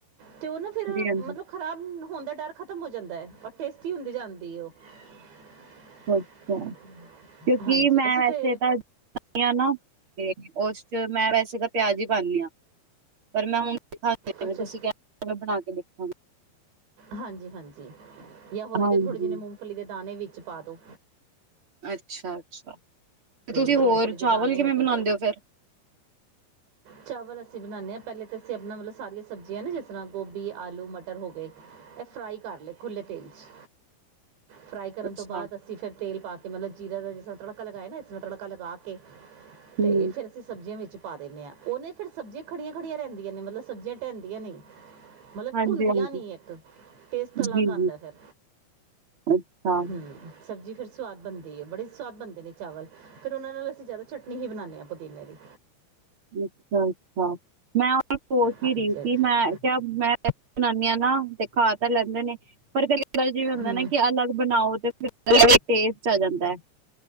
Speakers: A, on the right; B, on the right.
A: ਤੇ ਉਹ ਨਾ ਫਿਰ
B: ਹਾਂਜੀ
A: ਮਤਲਬ ਖਰਾਬ ਨੂੰ ਹੋਣ ਦਾ ਡਰ ਖਤਮ ਹੋ ਜਾਂਦਾ ਐ, ਔਰ ਟੇਸ ਚੀ ਹੁੰਦੀ ਜਾਂਦੀ ਉਹ <unintelligible>
B: ਅੱਛਾ ਕਿਉਂਕਿ
A: ਹਾਂਜੀ
B: ਮੈਂ
A: ਅਸੀਂ
B: ਵੈਸੇ
A: ਤੇ
B: ਤਾਂ ਆ <unintelligible> ਨਾ ਤੇ ਉਸ ਚ ਮੈਂ ਵੈਸੇ ਤਾਂ ਪਿਆਜ਼ ਹੀ ਪਾਣੀ ਆਂ, ਪਰ ਮੈਂ ਹੁਣ ਤੇ ਖਾ
A: ਅੱਛਾ
B: ਤੁਸੀਂ ਕ ਬਣਾ ਕੇ ਦੇਖਾਂਗੀ।
A: ਹਾਂਜੀ ਹਾਂਜੀ। ਜਾਂ ਹੋਏ
B: ਹਾਂਜੀ
A: ਤੇ ਥੋੜੇ ਜਿ ਨੇ ਮੂੰਗਫਲੀ ਦੇ ਦਾਣੇ ਵੀ ਚ ਪਾਦੋ
B: ਅੱਛਾ ਅੱਛਾ। ਤੇ ਤੁਸੀਂ
A: ਮੂੰਗਫਲੀ
B: ਹੋਰ
A: ਦੇ
B: ਚਾਵਲ
A: ਦਾਣੇ
B: ਕਿਵੇਂ
A: ਹੋ
B: ਬਣਾਉਦੇ
A: ਗਏ
B: ਔ ਫਿਰ
A: ਚਾਵਲ ਅਸੀਂ ਬਣਾਣੇ ਆਂ, ਪਹਿਲੇ ਤਾਂ ਅਸੀਂ ਆਪਣਾ ਮਤਲਬ ਸਾਰੀਆਂ ਸਬਜ਼ੀਆਂ ਨਾ ਜਿਸ ਤਰ੍ਹਾਂ ਗੋਭੀ, ਆਲੂ, ਮਟਰ ਹੋ ਗਏ ਫਰਾਈ ਕਰ ਲਏ ਖੁੱਲ੍ਹੇ ਤੇਲ ਚ ਫਰਾਈ
B: ਅੱਛਾ-ਅੱਛਾ।
A: ਕਰਨ ਤੋਂ ਬਾਅਦ ਅਸੀਂ ਫਿਰ ਤੇਲ ਪਾ ਕੇ ਮਤਲਬ ਜੀਰਾ ਦਾ ਜਿਸ ਤ੍ਹਾਂ ਤੜਕਾ ਲਗਾਾਇਆ ਨਾ ਇਸ ਮੈਂ ਤੜਕਾ ਲਗਾ ਕੇ
B: ਹੂੰ,
A: ਤੇ ਫੇਰ ਅਸੀਂ ਸਬਜ਼ੀਆਂ ਵਿੱਚ ਪਾ ਦੇਣੇ ਆਂ। ਉਹਨੇ ਫਿਰ ਸਬਜ਼ੀਆਂ ਖੜੀਆਂ ਖੜੀਆਂ ਰਹਿੰਦੀਆਂ ਨੇ ਮਤਲਬ ਸਬਜ਼ੀਆਂ ਢਹਦੀਆਂ ਨੀਂ। ਮਤਲਬ
B: ਹਾਂਜੀ-ਹਾਂਜੀ,
A: ਘੁਲਦੀਆਂ ਨੀ ਇੱਕ ਟੇਸਟ ਅਲੱਗ
B: ਜੀ-ਜੀ,
A: ਆਉਂਦਾ ਫਿਰ
B: ਅੱਛਾ,
A: ਹਂ ਸਬਜ਼ੀ ਫਿਰ ਸਵਾਦ ਬਣਦੀ ਐ, ਬੜੇ ਸਵਾਦ ਬਣਦੇ ਨੇ ਚਾਵਲ ਫਿਰ ਉਹਨਾਂ ਨਾਲ ਅਸੀਂ ਜ਼ਿਆਦਾ ਚਟਨੀ ਹੀ ਬਣਾਣੇ ਆਂ ਪੁਦੀਨੇ ਦੀ।
B: ਅੱਛਾ ਅੱਛਾ, ਮੈਂ ਸੋਚ
A: ਹਾਂਜੀ
B: ਹੀ ਰਹੀ
A: ਹਾਂਜੀ
B: ਸੀ ਮੈਂ ਕਿਹਾ ਮੈਂ ਬਨਾਨੀਆਂ ਨਾ ਤੇ ਖਾ ਲੈਂਦੇ ਨੇ ਪਰ ਕ <unintelligible> ਹੁੰਦਾ
A: ਹੂੰ
B: ਨਾ ਕਿ ਅਲੱਗ ਬਣਾਓ ਤੇ ਫ ਟਸਟ ਚੱਲ ਜਾਂਦਾ।